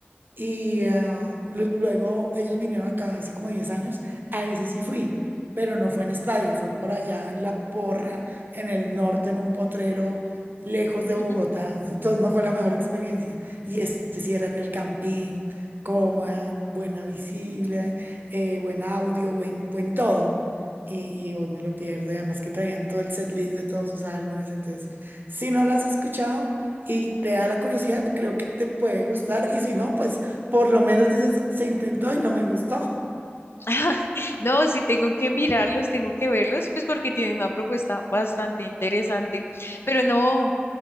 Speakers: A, on the right; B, on the left.
A: y ah, lu- luego ellos vinieron acá hace como 10 años. A ese sí fui, pero no fue en estadio, fue por allá en La Porra, en el norte, en un potrero lejos de Bogotá.
B: <laughs>
A: Entonces no fue la mejor experiencia. Y este sí era en el campín, cómoda, buena visible, eh, buen audio, buen, buen todo. Y, y hoy me lo pierdo, y además que traían todo el setlist de todos sus álbumes. Entonces, si no lo has escuchado y te da la curiosidad, creo que te puede gustar. Y si no, pues por lo menos dices, se intentó y no me gustó. <laughs>
B: Ah, No, sí tengo que mirarlos, tengo que verlos, pues porque tienen una propuesta bastante interesante. Pero no.